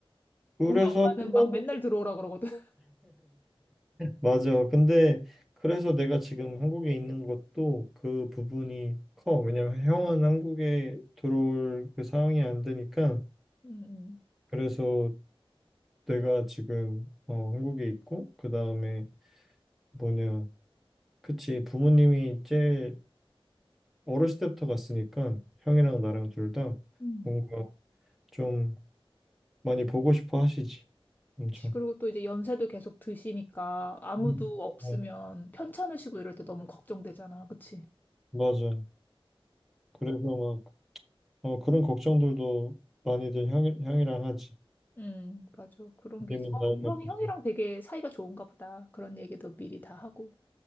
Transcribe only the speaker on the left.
우리 엄마는
막 맨날 들어오라 그러거든. <laughs>
응, 응,
음,
그치.
그리고 또 이제 연세도 계속 드시니까 아무도
없으면
편찮으시고 이럴 때 너무 걱정되잖아. 그치?
음, 맞아. 그런 게
있어. 어,
형, 형이랑
되게 사이가 좋은가 보다. 그런 얘기도 미리 다 하고.